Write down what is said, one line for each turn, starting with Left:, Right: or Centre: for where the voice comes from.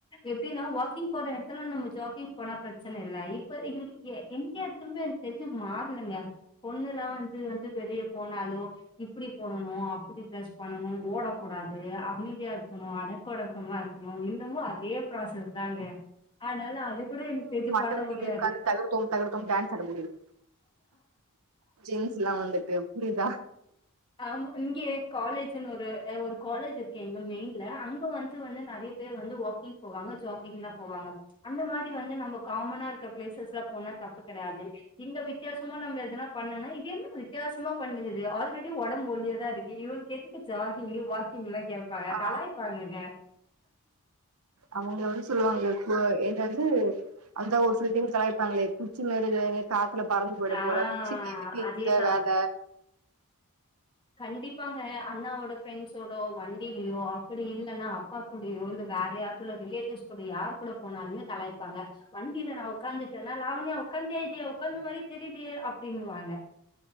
Left: எப்டின்னா வாக்கிங் போற எடத்துல நம்ம ஜாகிங் போனா பிரச்சன ஃலைப்பு இங் எ எங்க <unintelligible> எனக்கு தெரிஞ்சு மாறலங்க பொண்ணுல்லா வந்து வந்து வெளிய போனாலோ இப்டி போடணு அப்டி ட்ரெஸ் பண்ணணு ஓடக்கூடாது அமைதியா இருக்கணு அட அடக்க ஒடக்கமா இருக்கணு இன்னமு அதே ப்ராசஸ் தாங்க ஆனாலு அது கூட எனக் தெரிஞ்சு பண்ண
Right: இந்த மாறியே
Left: முடியாது.
Right: இருக்காது தகிடதோம் தகிடதோம் டான்ஸ் முடியும் ஜீன்ஸ்லா வந்துட்டு புரிதா
Left: ஆமா இங்க காலேஜ்ன்னு ஒரு அ ஒரு காலேஜ் இருக்கு இங்க மெயின்ல அங்க வந்து வந்து நெறைய பேர் வந்து ஓ கிங் போவாங்க ஜாகிங்ல்லா போவாங்க அந்த மாரி வந்து நம்ம காமனா இருக்க பிளேசஸ்ல போனா தப்பு கெடையாது எங்க வித்தியாசமா நம்ம எதனா பண்ணனா இது என்ன வித்தியாசமா பண்ணுது ஆல்ரெ ஒடம்பு ஒல்லியா தா இருக்கு இவளுக்கு எதுக்கு ஜாகிங்கு வாக்கிங் எல்லா கே ப்பாங்க
Right: ஆ
Left: கலாய்பாங்கங்க
Right: அவுங்க வந்து சொல்லுவாங்க‌ இப்போ எ க வந்து அந்த ஒரு சில‌ டைம் கலாய்ப்பாங்களே குச்சி மாரி‌ <unintelligible> காத்துல பறந்து போய்ட
Left: ஆ
Right: போற குச்சிக்கி எதுக்கு
Left: அதேதா
Right: இந்த வேல
Left: கண்டிப்பாங்க அண்ணாவோட ஃப்ரெண்ட்ஸோடோ வண்டியிலயோ அப்படி இல்லன்னா அப்பா கூடையோ இல்ல வேற யாருக்குள்ள ரிலேட்டிவ்ஸ் கூட யாரு கூட போனாலுமே கலாய்ப்பாங்க வண்டியில நா ஒக்காந்துட்டன்னா லாவண்யா உக்காந்துட்டியா இல்லயா உக்காந்த மாரியே தெரிலயே அப்டின்னு வாங்க